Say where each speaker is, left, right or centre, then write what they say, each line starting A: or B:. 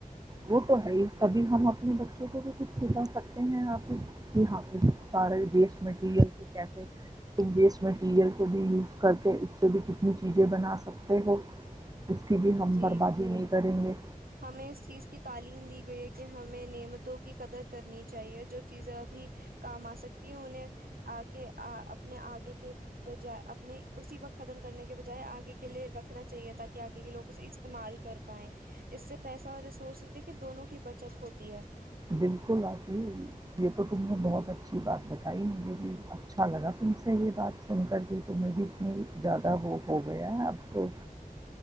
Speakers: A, on the right; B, on the right.
A: وہ تو ہے ہی کبھی ہم اپنے ب ش کو بھی کچھ چیزیں س ہیں آ پ یہ ہاں سارے دیش مٹیریل کیفے ایک بیسمنٹ کیئر کو بھی کرتے ہیں اس سے بھی کتنیز چیزیں بنا سکتے ہو اس کی بھی ہم
B: جی
A: بربادی نہیں کریں گے
B: ہمیں اس چیز کی تعلیم دی گئی ہے کہ ہمیں نعمتوں کی قدر کرنی چاہیے جو چیزیں ابھی کام آ سکتی ہے انہیں آ کے اپنے آگے کے بجائے اپنے اسی وقت ختم کرنے کے بجائے آگے کے لیے رکھنا چاہیے تاکہ آگے کے لو استعمال کر پائائے اس سے پیسہ اور ریسورس دیکھیے دونوں کی بچت ہوتی ہے
A: بالکل آتیی یہ تو تم نے بہت اچھی بات بتائی مجھے بھی اچھا لگا تم سے یہ بات سن کر کے تمہیں بھی اتنی زیادہ وہ ہو گیا ہے اب تو